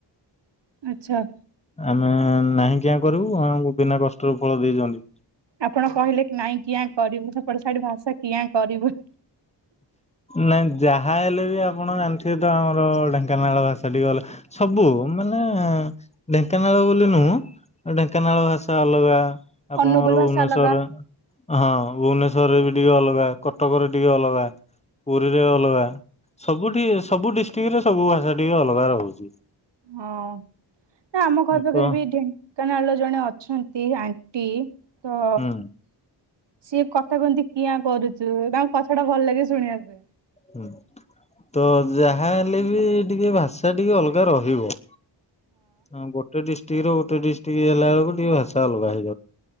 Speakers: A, on the right; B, on the left.
A: ଆଚ୍ଛା।
B: ଆମେ ନାହିଁ କିଆଁ କରିବୁ ଆମକୁ ବିନା କଷ୍ଟରୁ ଫଳ ଦେଇଚନ୍ତି।
A: ଆପଣ କହିଲେ କି ନାଇଁ କିଆଁ କରିବୁ ସେପଟ ସାଇଟ ଭାଷା କିଆଁ କରିବୁ।
B: ନାଇଁ ଯାହା ହେଲେ ବି ଆପଣ ଜାଣିଥିବେ ତ ଆମର ଢେଙ୍କାନାଳ ଭାଷା ଟିକେ ଗଲେ ସବୁ ମାନେ ଢେଙ୍କାନାଳ ବୋଲି ନୁହଁ। ଢେଙ୍କାନାଳ ଭାଷା ଅଲଗା ଆପଣଙ୍କର
A: ଅନୁଗୁଳ ଭାଷା
B: ଭୁବନେଶ୍ଵର
A: ଅଲଗା।
B: ହଁ ଭୁବନେଶ୍ଵର ରେ ବି ଟିକେ ଅଲଗା କଟକ ରେ ଟିକେ ଅଲଗା। ପୁରୀରେ ଅଲଗା ସବୁଠି ସବୁ ଡିଷ୍ଟ୍ରିକଟରେ ସବୁ ଭାଷା ଟିକେ ଅଲଗା ରହୁଚି।
A: ହଁ ନା ଆମ ଘର ପାଖରେ
B: ତ
A: ବି ଢେଙ୍କାନାଳ ର ଜଣେ ଅ ଅଛନ୍ତି ଆଣ୍ଟି ତ
B: ହୁଁ
A: ସିଏ କଥା କହନ୍ତି କିଆ କରୁଚୁ ତାଙ୍କ କଥା ଟା ଭଲ ଲାଗେ ଶୁଣିବା ପାଇଁ।
B: ହୁଁ। ତ ଯାହା ହେଲେ ବି ଟିକେ ଭାଷା ଟିକେ ଅଲଗା ରହିବ। ହଁ ଗୋଟେ ଡିଷ୍ଟ୍ରିକ୍ଟ ର ଗୋଟେ ଡିଷ୍ଟ୍ରିକଟ ହେଲା ବେଳକୁ ଟିକେ ଭାଷା ଅଲଗା ହେଇ